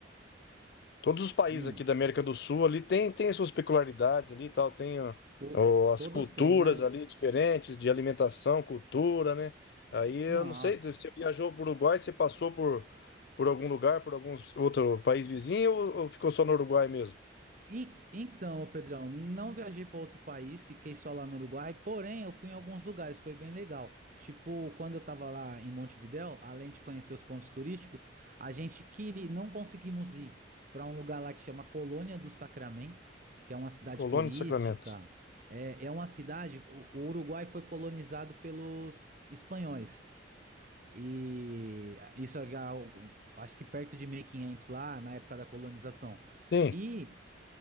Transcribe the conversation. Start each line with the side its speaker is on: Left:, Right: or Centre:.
Left: Todos os países
Right: Hum,
Left: aqui da América do Sul ali tem, tem suas peculiaridades ali e tal, tem ó,
Right: to-
Left: ó, as
Right: todos
Left: culturas
Right: têm, né?
Left: ali diferentes de alimentação, cultura, né? Aí eu
Right: Não.
Left: não sei, você viajou para o Uruguai, você passou por, por algum lugar, por algum outro país vizinho ou, ou ficou só no Uruguai mesmo?
Right: En- Então, ô Pedrão, não viajei para outro país, fiquei só lá no Uruguai, porém eu fui em alguns lugares, foi bem legal. Tipo, quando eu tava lá em Montevidéu, além de conhecer os pontos turísticos, a gente queria, não conseguimos ir para um lugar lá que chama Colônia do Sacramento, que é uma cidade
Left: Colônia
Right: turística.
Left: de Sacramento.
Right: É, é uma cidade, o o Uruguai foi colonizado pelos espanhóis. E isso é algo, acho que perto de 1500 lá, na época da colonização.
Left: Sim.
Right: E